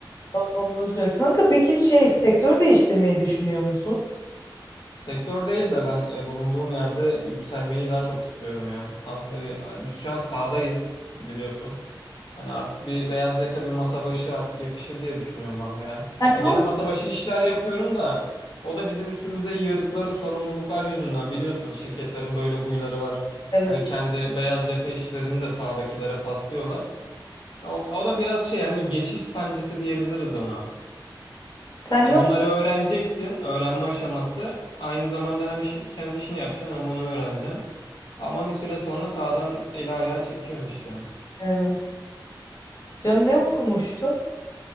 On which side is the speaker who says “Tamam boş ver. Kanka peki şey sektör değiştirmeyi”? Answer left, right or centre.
Left